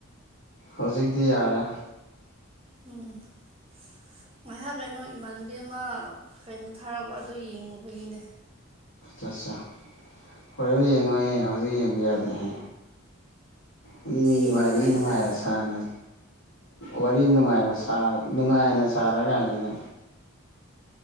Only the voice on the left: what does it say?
ꯍꯧꯖꯤꯛꯇꯤ ꯌꯥꯔꯦ
ꯑ <unintelligible> <inaudible> ꯍꯣꯔꯦꯟ ꯌꯦꯡꯉꯣꯏꯍꯦ ꯍꯧꯖꯤꯛ ꯌꯦꯡꯕ ꯌꯥꯗꯦꯍꯦ ꯃꯤ ꯅꯨꯡꯉꯥꯏꯔꯤ
ꯅꯨꯡꯉꯥꯏꯔ ꯁꯥꯔꯅ ꯋꯥꯔꯤ ꯅꯨꯡꯉꯥꯏꯕ ꯅꯨꯡꯉꯥꯏꯅ ꯁꯥꯔꯀꯥꯟꯁꯤꯗ